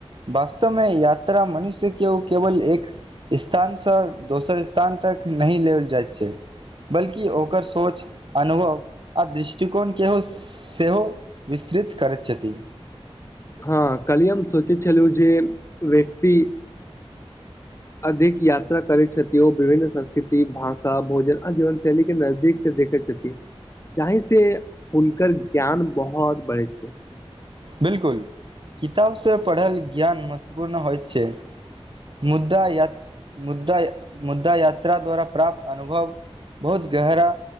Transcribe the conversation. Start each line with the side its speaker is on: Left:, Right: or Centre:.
Right: वास्तवमे यात्रा मनुष्य के ओ केवल एक स्थानसँ दोसर स्थान तक नहि लेल जाइत छै बल्कि ओकर सोच अनुभव आ दृष्टिकोण केहो सेहो विस्तृत करैत छथि
Left: हँ कलही हम सोचैत छलु जे व्यक्ति अधिक यात्रा करैत छथि ओ विभिन्न संस्कृति भाषा भोजन आ जीवन शैली के नजदीक से देखैत छथि जाहि से हुनकर ज्ञान बहुत बढ़ै छै
Right: बिल्कुल किताब से पढ़ल ज्ञान महत्वपूर्ण होयत छै मुद्दा यत मुद्दा मुद्दा यात्रा द्वारा प्राप्त अनुभव बहुत गहरा